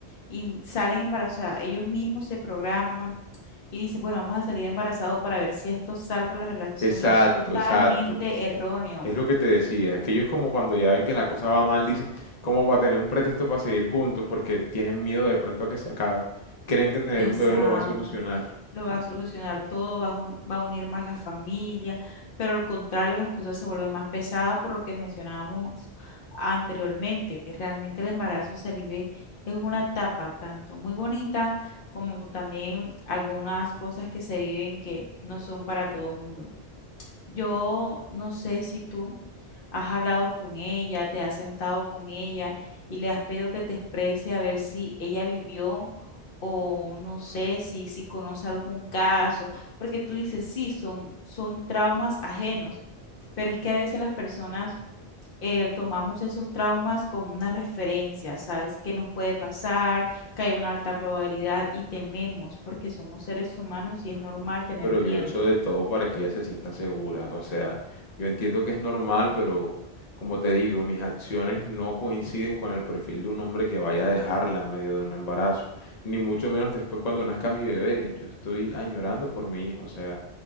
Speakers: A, on the left (about 55°); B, on the left (about 40°).
A: in- salen embarazadas, ellos mismos se programan y dice, bueno, vamos a salir embarazados para ver si esto salva la relación
B: exacto,
A: y es totalmente
B: exacto.
A: erróneo.
B: Es lo que te decía, que ellos como cuando ya ven que la cosa va mal, dicen, ¿cómo va a tener un pretexto para seguir juntos? Porque tienen miedo de pronto a que se acabe. Creen que tener
A: Exacto.
B: un bebé lo va a solucionar.
A: Lo va a solucionar todo, va a, jun- va a unir más la familia, pero al contrario, las cosas se vuelven más pesadas por lo que mencionábamos anteriormente. Realmente el embarazo se vive, es una etapa tanto muy bonita como también algunas cosas que se viven que no son para todo el mundo. Yo no sé si tú has hablado con ella, te has sentado con ella y le has pedido que te exprese a ver si ella vivió o no sé si, si conoce algún caso, porque tú dices, sí, son, son traumas ajenos, pero es que a veces las personas eh, tomamos esos traumas como una referencia, ¿sabes? Que nos puede pasar, que hay una alta probabilidad y tememos, porque somos seres humanos y es normal tener
B: Pero
A: miedo.
B: yo he hecho de todo para que ella se sienta segura. O sea, yo entiendo que es normal, pero como te digo, mis acciones no coinciden con el perfil de un hombre que vaya a dejarla en medio de un embarazo. Ni mucho menos después cuando nazca mi bebé. Yo estoy añorando por mi hija. O sea,